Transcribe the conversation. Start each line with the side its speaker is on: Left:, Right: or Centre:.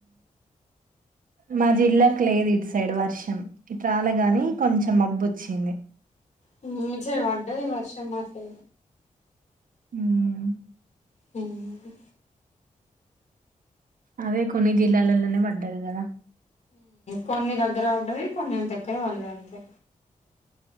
Right: మా జిల్లాకు లేదు ఇటు సైడ్ వర్షం ఇటు రాలే గాని కొంచెం మబ్బు వచ్చింది
Left: కొంచెం పాడ్డాది వర్షం మాకు
Right: అవున
Left: అవునండీ
Right: అదే కొన్ని జిల్లాలలోనే పడ్డాది కదా
Left: కొన్ని దగ్గర పడ్డది కొన్ని దగ్గర పల్లే అంతే